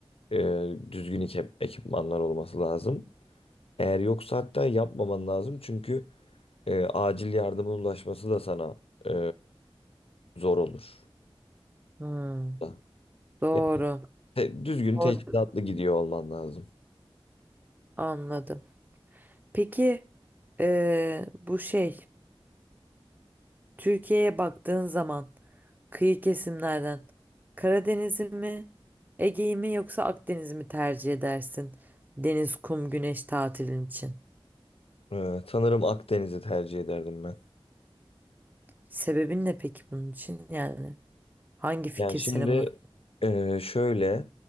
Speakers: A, on the left; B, on the right.
A: e, düzgün ekip, ekipmanlar olması lazım. Eğer yoksa hatta yapmaman lazım çünkü e, acil yardımın ulaşması da sana e, zor olur.
B: hmm.
A: Da.
B: Doğru.
A: Yani te- düzgün
B: Doğru.
A: teçhizatlı gidiyor olman lazım.
B: Anladım. Peki eee, bu şey Türkiye'ye baktığın zaman Kıyı kesimlerden. Karadeniz'i mi, Ege'yi mi yoksa Akdeniz'i mi tercih edersin? Deniz, kum, güneş tatilin için.
A: E, sanırım Akdeniz'i tercih ederdim ben.
B: Sebebin ne peki bunun için? Yani hangi fikir
A: Yani şimdi
B: seni buna...
A: e, şöyle